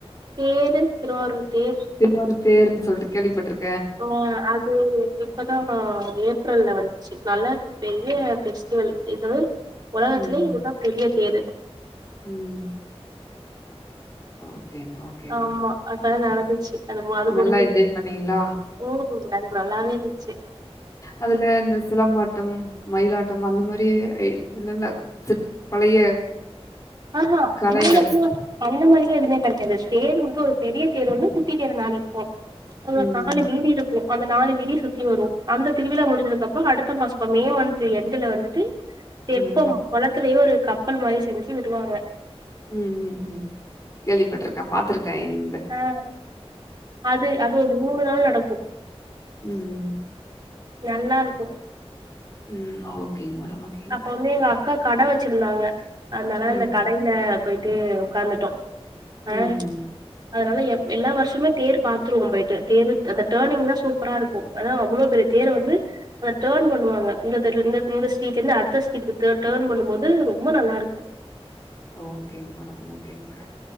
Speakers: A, on the right; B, on the left.
A: தேரு திருவாரூர் தேர்
B: திருவாரூர் தேர் ன் சொல்ட்டு கேள்விப்பட்ருக்
A: ஓ அது எப்டி இப்பதா ஏப்ரல்ல வந்துச்சு நல்லா பெரிய பெஸ்டிவல் இது உலகத்துலே
B: ம்.
A: இதுதான் பெரிய தேரு
B: ம் ஓகேங்க, ஓகேங்க
A: ஆமா
B: மேடம்.
A: அதான நடந்துச்சு அந்த மாது
B: நல்லா
A: முடிஞ்சு
B: என்ஜாய் பண்ணீங்களா?
A: ஓ அது நல்லாவே இருந்துச்சு
B: அதுல இந்த சிலம்பாட்டம் மயிலாட்டம் அந்த மாரி இல்ல இல்ல சிற் பழைய
A: ஆஹா
B: கலைகள்.
A: <unintelligible> அந்த மாதிரியே எதுமே கெடையாது தேரு மட்டும் ஒரு பெரிய தேரு ஒன்னு குட்டி தேரு நாலு இருக்கும்
B: ம்.
A: ஒ நாலு வீதி இருக்கு அந்த நாலு வீதி சுத்தி வரும் அந்த திருவிழா முடிஞ்சதுக்கு அப்புறம் அடுத்த மாசம் மே மந்த் எண்டுல வந்துட்டு தெப்பம்
B: ம்.
A: குளத்துலயே ஒரு கப்பல் மாரி செஞ்சு விடுவாங்க
B: உம் உம் உம் கேள்விப்பட்ருக்கே பாத்துருக்கேன்
A: அ அது அது ஒரு மூணு நாள் நடக்கும்
B: உம் உம்
A: நல்லா இருக்கும்
B: ம் ஓகேங்க மேடம் ஓகேங்க மேடம்.
A: அப்ப வந்து எங்க அக்கா கட வச்சிருந்தாங்க அதனால அந்த
B: ம்
A: கடையி ல போயிட்டு உக்காந்துட்டோம் ஆ
B: ம்
A: அதனால எ எல்லா வருஷமே தேர் பாத்துருவோம் போயிட்டு தேரு அந்த டேர்னிங் தா சூப்பரா இருக்கும் அதான் அவ்வளோ பெரிய தேர வந்து அத டர்ன் பண்ணுவாங்க இந்த தெருவுல இருந்து இந்த சை ஸீட்லருந்து அடுத்த ஸீட் டர்ன் டர்ன் பண்ணும் போது ரொம்ப நல்லா இருக்கும்
B: ஓகேங்க மேடம் ஓகேங்க மேடம்